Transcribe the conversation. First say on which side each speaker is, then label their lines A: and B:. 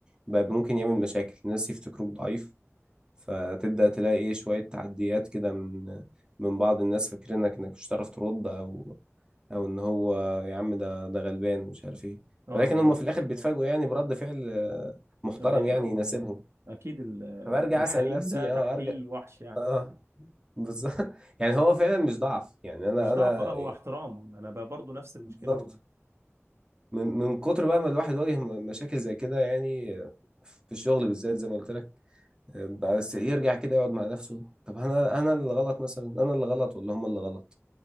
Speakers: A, on the right; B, on the right.
A: بقى ممكن يعمل مشاكل الناس يفتكروك ضعيف فتبدأ تلاقي ايه شوية تعديات كده من من بعض الناس فاكرينك انك مش هتعرف ترد او او ان هو يا عم ده ده غلبان مش عارف ايه
B: اه اه
A: ولكن هم في الاخر بيتفاجئوا يعني برد فعل آه، محترم
B: أب- اه
A: يعني يناسبهم
B: اكيد ال-
A: فبرجع
B: الحليم
A: اسأل نفسي
B: ده تحتيه
A: اه ارجع
B: وحش يعني
A: اه بالظبط <laughs> يعني هو فعلا مش ضعف يعني انا
B: مش
A: انا
B: ضعف اه هو احترام انا ب- برضه نفس المشكلة
A: بالظبط
B: برضه
A: من من كتر بقى ما الواحد واجه مشاكل زي كده يعني في الشغل بالذات زي ما قلت لك بس يرجع كده يقعد مع نفسه طب انا انا اللي غلط مثلا انا اللي غلط ولا هم اللي غلط